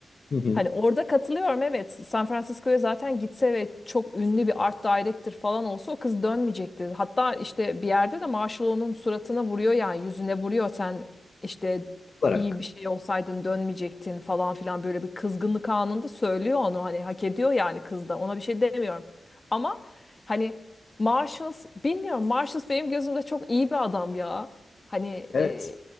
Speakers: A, on the left; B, on the left.
A: Hı hı.
B: Hani orada katılıyorum evet. San Francisco'ya zaten gitse ve çok ünlü bir art director falan olsa o kız dönmeyecekti. Hatta işte bir yerde de Marshall onun suratına vuruyor yani yüzüne vuruyor sen işte
A: Olarak.
B: iyi bir şey olsaydın dönmeyecektin falan filan böyle bir kızgınlık anında söylüyor onu hani hak ediyor yani kız da ona bir şey demiyorum. Ama hani Marshalls bilmiyorum Marshalls benim gözümde çok iyi bir adam ya. Hani
A: Evet.
B: e,